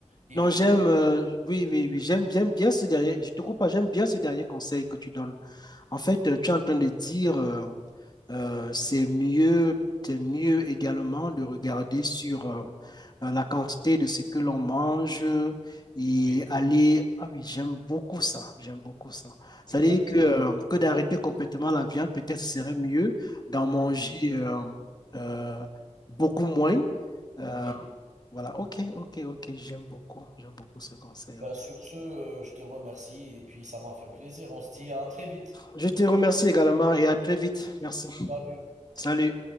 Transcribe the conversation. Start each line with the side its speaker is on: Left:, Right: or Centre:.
Right: Et
Left: Non,
Right: puis,
Left: j'aime,
Right: euh,
Left: euh, oui, oui, oui, j'aime, j'aime bien ce dernier, je te coupe pas, j'aime bien ce dernier conseil que tu donnes. En fait, euh, tu es en train de dire, euh, euh, c'est mieux, c'est mieux également de regarder sur euh, euh, la quantité de ce que l'on mange
Right: oui,
Left: et
Right: oui,
Left: aller. Ah oui, j'aime beaucoup ça, j'aime beaucoup ça. C'est-à-dire
Right: exactement.
Left: que, euh, que d'arrêter complètement la viande, peut-être ce serait mieux d'en manger
Right: Oui,
Left: euh, euh, beaucoup moins. Euh,
Right: oui.
Left: voilà, ok, ok, ok, j'aime beaucoup, j'aime beaucoup ce conseil-là.
Right: Ben, sur ce, euh, je te remercie et puis ça m'a fait plaisir. On se dit à très vite.
Left: Je te remercie également et à très vite. Merci.
Right: Salut.
Left: Salut.